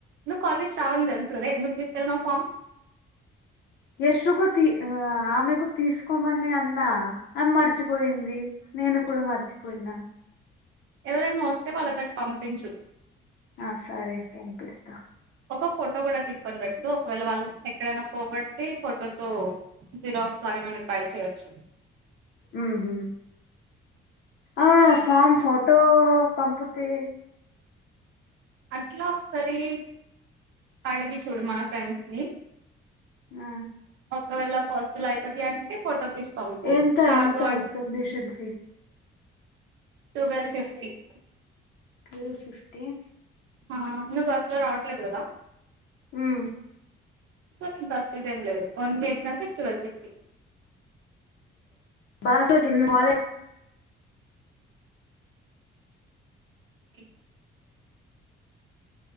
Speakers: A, on the right (about 80°); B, on the left (about 65°).
A: నువ్వు కాలేజ్ రావాలని తెలుసు కదా ఎందుకు తీసుకెళ్ళినావ్ ఫామ్
B: యష్ కు తీ ఊ ఆమెకు తీసుకోమని అన్నా ఆమె మర్చిపోయింది నేను కూడా మర్చిపోయినా
A: ఎవరైనా వస్తే వాళ్ళతోటి పంపించూ
B: ఆ సరే పంపిస్తా.
A: ఒక ఫోటో కూడా తీసుకొని పెట్టు ఒకవేళ వాళ్ళ ఎక్కడైనా పోగొడితే ఫోటోతో జిరాక్స్ లాగ ఏమైనా ట్రై చేయొచ్చు.
B: ఊహు ఆ ఫామ్ ఫోటో పంపితే
A: అట్లా ఒక్కసారి అడిగి చూడు మన ఫ్రెండ్స్ ని
B: ఆ
A: ఒక్కవేళ పాజిబుల్ అయితది అంటే ఫోటో తీసి పంపు
B: ఎంత
A: కాదు
B: ఎంత ఎగ్జామినేషన్ ఫీజు
A: టువల్ ఫిఫ్టీన్
B: విరు ఫిఫ్టీన్
A: ఆ నువ్వు బస్ లో రావట్లేదు కదా
B: మ్మ్
A: సో నీకు బస్సు ఫీజు ఎమ్ లేదు only exam fees twelve fifteen
B: బాసుకిిన్న <inaudible>
A: ఎ